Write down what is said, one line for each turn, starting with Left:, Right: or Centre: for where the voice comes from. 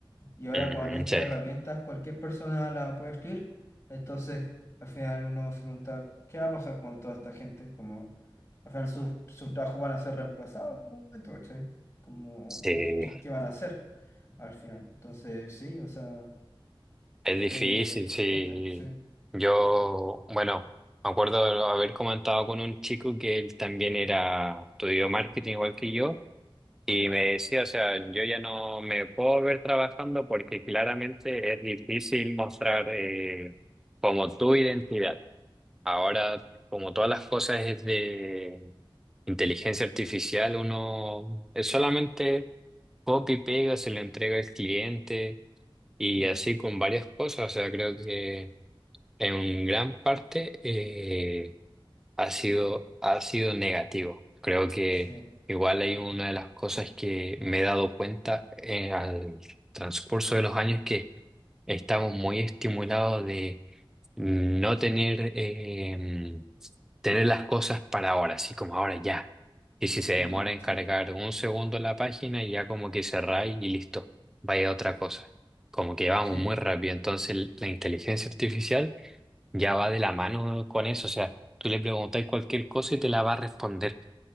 Left: Y ahora
Centre: Mm,
Left: con estas
Centre: sí,
Left: herramientas cualquier persona la puede escribir. Entonces, al final uno se pregunta, ¿qué va a pasar con toda esta gente? Como, al final sus, sus trabajos van a ser reemplazados en algún momento, ¿cachai? Como,
Centre: sí,
Left: ¿qué, qué- qué van a hacer al final? Entonces, sí, o sea,
Centre: es difícil,
Left: eh, es,
Centre: sí.
Left: es fuerte, sí.
Centre: Yo, bueno, me acuerdo de haber comentado con un chico que él también era, estudió marketing igual que yo, y me decía, o sea, yo ya no me puedo ver trabajando porque claramente es difícil mostrar eh, como tu identidad. Ahora, como todas las cosas es de inteligencia artificial, uno es solamente Copia y pega, se lo entrega al cliente y
Left: Mm,
Centre: así con varias cosas. O sea, creo que en gran parte eh, ha sido, ha sido negativo. Creo que
Left: sí,
Centre: igual hay una de las cosas que me he dado cuenta en el transcurso de los años que estamos muy estimulados de no tener, eh, tener las cosas para ahora, así como ahora ya. Y si se
Left: mm,
Centre: demora en
Left: sí,
Centre: cargar un segundo la página, ya como que cerráis y listo, vaya a otra cosa. Como que vamos
Left: sí.
Centre: muy rápido. Entonces la inteligencia artificial ya va de la mano con eso. O sea, tú le preguntáis cualquier cosa y te la va a responder.